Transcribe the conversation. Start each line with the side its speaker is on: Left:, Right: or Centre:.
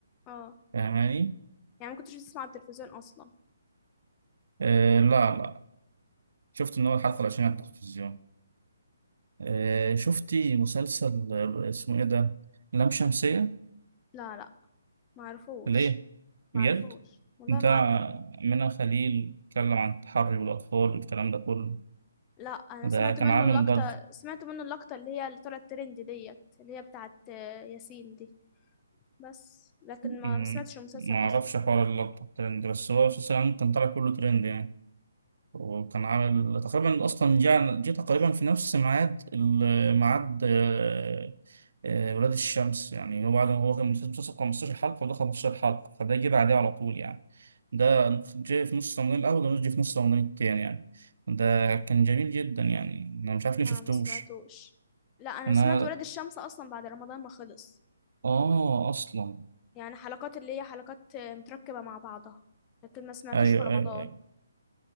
Left: اه
Right: فاهماني
Left: يعني ما كنتش بتسمع على التلفزيون أصلا
Right: آه لا لا شفت من اول حلقه العشرين على التلفزيون آه شفتي مسلسل آه، اسمه ايه ده لام شمسية
Left: لا لا ما عرفوش
Right: ليه؟
Left: ما
Right: بجد؟
Left: عرفوش والله
Right: بتاع
Left: ما
Right: منى خليل اتكلم عن التحري بالأطفال والكلام ده كله
Left: لا انا
Right: ده
Left: سمعت
Right: كان
Left: منه
Right: عامل
Left: اللقطة
Right: ضجة
Left: سمعت منه اللقطة اللي هي اللي طلعت ترند ديت اللي هي بتاعت آه، ياسين دي بس لكن ما
Right: أمم،
Left: ما سمعتش المسلسل
Right: معرفش
Left: اصلا
Right: حوار اللقطة الترند بس هو أساسا كان طالع كله ترند يعني وكان عامل تقريبا اصلا جينا جيت تقريبا في نفس ميعاد ال- ميعاد آه، آه، ولاد الشمس يعني هو بعد هو كان مسلسل 15 حلقة وده 15 حلقة فده جه بعديه على طول يعني ده جه في نص رمضان الأول وده جه في نص رمضان التاني يعني ده كان جميل جدا يعني أنا مش عارف ليه
Left: ما
Right: شفتوش
Left: ما سمعتوش لا انا
Right: أنا
Left: سمعت ولاد الشمس اصلا بعد رمضان ما خلص
Right: آه أصلا
Left: يعني حلقات اللي هي حلقات آه، متركبة مع بعضها لكن ما سمعتوش
Right: أيوه
Left: في رمضان
Right: أيوه